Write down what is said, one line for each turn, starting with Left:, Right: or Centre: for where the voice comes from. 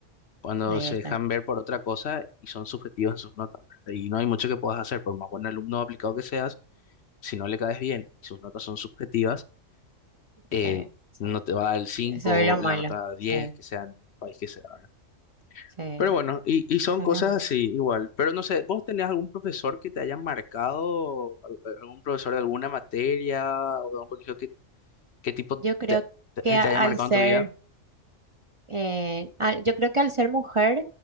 Left: cuando
Right: ahí
Left: se
Right: está.
Left: dejan ver por otra cosa y son subjetivos en sus notas, ¿verdad? Y no hay mucho que puedas hacer, por más buen alumno aplicado que seas, si no le caes bien y sus notas son subjetivas,
Right: sí,
Left: eh,
Right: sí.
Left: no te va a dar el 5
Right: Eso es lo malo.
Left: la nota diez
Right: Sí,
Left: que sea en el país que sea, ¿verdad?
Right: sí,
Left: Pero bueno, y, y son
Right: eso
Left: cosas
Right: es lo malo.
Left: así igual. Pero no sé, ¿vos tenés algún profesor que te haya marcado, Al- algún profesor de alguna materia o de algún colegio que, que tipo
Right: Yo creo
Left: te, te,
Right: que a-
Left: te
Right: al
Left: haya marcado
Right: ser,
Left: en tu vida?
Right: eh, al- yo creo que al ser mujer,